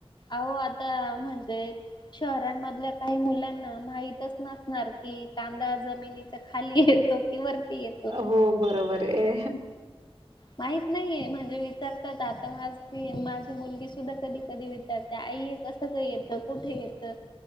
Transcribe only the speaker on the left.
अहो आता म्हणजे शहरांमधल्या काही मुलांना माहितच नसणार की कांदा जमिनीचा खाली येतो कि येतो.
माहित नाहीये म्हणजे विचारतात आता माझ माझी मुलगी सुद्धा कधी कधी विचारते आये कसं का येतं कुठे येतं